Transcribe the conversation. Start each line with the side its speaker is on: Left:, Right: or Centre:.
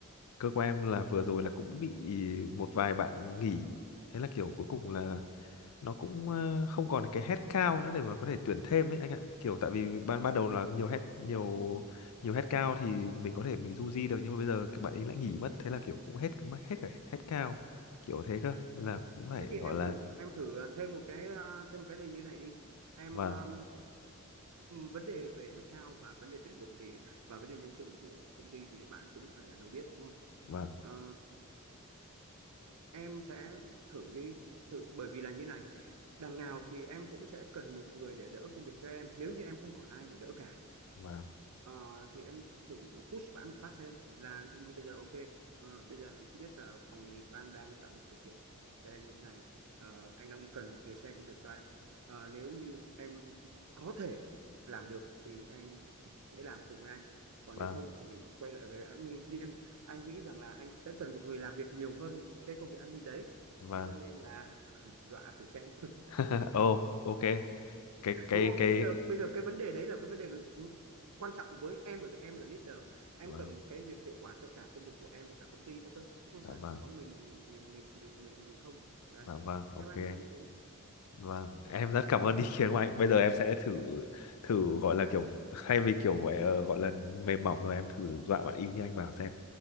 Left: cơ quan em là vừa rồi là cũng bị một vài bạn nghỉ thế là kiểu cuối cùng là nó cũng ờ, không còn cái head cao nữa để mà có thể tuyển thêm ấy anh ạ kiểu tại vì ban ban đầu là nhiều head nhiều nhiều head cao thì mình có thể mình du di được nhưng mà bây giờ các bạn ấy lại nghỉ mất thế là kiểu cũng hết mất hết cả head cao kiểu thế cơ nên là cũng phải
Right: thế thì
Left: gọi
Right: em
Left: là
Right: thử em thử à, thêm một cái à, thêm một cái này như thế này đi em
Left: vâng
Right: à, vấn đề về headcount và vấn đề tuyển dụng thì và vấn đề nhân sự của công ty thì bạn cũng phải là người biết đúng không?
Left: vâng
Right: Ờ, em sẽ thử đi thử bởi vì là như này đằng nào thì em cũng sẽ cần một người để đỡ công việc cho em nếu như em không còn ai để đỡ cả
Left: vâng
Right: Ờ, thì em thử push bạn một phát xem là ví dụ như bây giờ ok ờ, bây giờ thứ nhất là phòng ban đang tạo điều kiện cho em như thế này Ờ, anh đang cần một người xe công việc cho anh Ờ, nếu như em có thể làm được thì em hãy làm cùng với anh còn
Left: vâng
Right: nếu không thì quay lại về admin nhưng anh nghĩ rằng là anh sẽ cần một người làm việc nhiều hơn cái công việc admin đấy
Left: vâng
Right: cho nên là <laughs> dọa thử xem
Left: <laughs> ồ ok cái cái
Right: đúng không
Left: cái
Right: thế bây giờ bây giờ cái vấn đề đấy là cái vấn đề quan trọng với em bởi vì em là leader em
Left: vâng
Right: cần cái việc hiệu quả cho cả công việc của em và cả công ty nữa cơ chứ không
Left: dạ
Right: phải
Left: vâng
Right: là chỉ có mình mình mình mình mình mình không đấy
Left: dạ vâng ok
Right: theo anh
Left: anh
Right: là như thế
Left: Vâng, em rất cảm ơn ý kiến của anh. Bây giờ em sẽ thử thử gọi là kiểu thay vì kiểu vậy ờ, gọi là mềm mỏng rồi em thử dọa bạn y như anh bảo xem